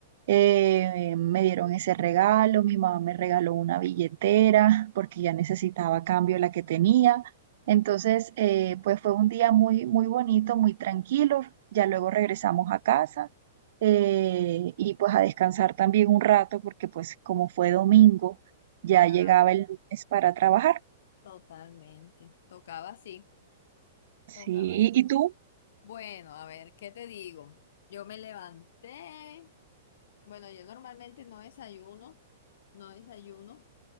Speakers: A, on the right; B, on the left.
A: Eh, me dieron ese regalo, mi mamá me regaló una billetera porque ya necesitaba cambio la que tenía. Entonces, eh, pues fue un día muy, muy bonito, muy tranquilo. Ya luego regresamos a casa eh, y pues a descansar también un rato porque pues como fue domingo, ya
B: claro,
A: llegaba el lunes para trabajar.
B: totalmente. Tocaba así,
A: Sí,
B: tocaba así.
A: ¿y tú?
B: Bueno, a ver, ¿qué te digo? Yo me levanté. Bueno, yo normalmente no desayuno, no desayuno.